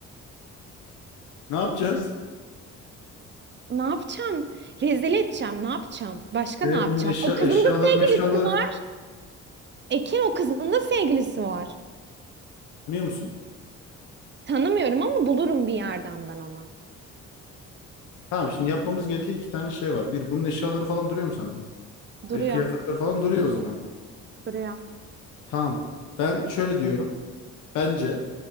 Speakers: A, on the left; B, on the right.
A: ne yapacağız?
B: Ne yapacağım? Rezil edeceğim. Ne yapacağım? Başka
A: E,
B: ne yapacağım?
A: bunun eşya,
B: O <laughs> kızın
A: eşyaları
B: da sevgilisi
A: eşyaları
B: var. Ekin o kızın da sevgilisi var.
A: tanıyor musun?
B: Tanımıyorum ama bulurum bir yerden ben onu.
A: Tamam şimdi yapmamız gereken iki tane şey var. Bir bunun eşyaları falan duruyor mu sende?
B: Duruyor,
A: E, kıyafetler falan duruyor o zaman.
B: duruyor.
A: Tamam. Ben şöyle diyorum. Bence